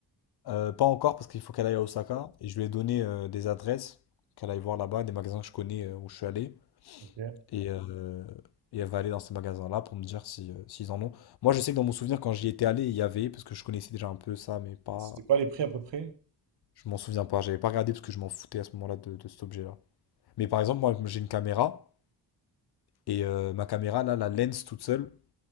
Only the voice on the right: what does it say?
Ok.
C'était quoi les prix à peu près?